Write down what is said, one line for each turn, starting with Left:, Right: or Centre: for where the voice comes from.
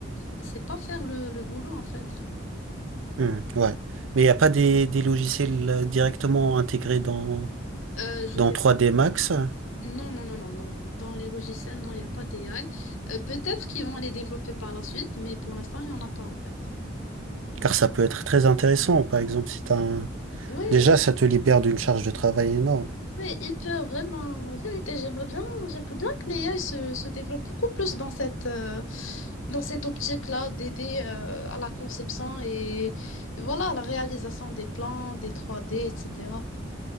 Left: il sait pas faire le, le boulot, en fait.
Right: Hmm, ouais. Mais il n'y a pas des, des logiciels euh, directement intégrés dans,
Left: Euh, je
Right: dans
Left: sais
Right: 3D Max?
Left: Non, non, non, non, non. Dans les logiciels, non, il n'y a pas d'AI. Euh, peut-être qu'ils vont les développer par la suite, mais pour l'instant, il n'y en a pas en fait.
Right: Car ça peut être très intéressant. Par exemple, si t'as un...
Left: Oui,
Right: Déjà, ça te libère d'une charge de travail énorme.
Left: oui, hyper, vraiment. En vérité, j'aimerais bien, j'aimerais bien que l'AI se, se développe beaucoup plus dans cette, euh, dans cette optique-là d'aider euh, à la conception et, et voilà, à la réalisation des plans, des trois d etc.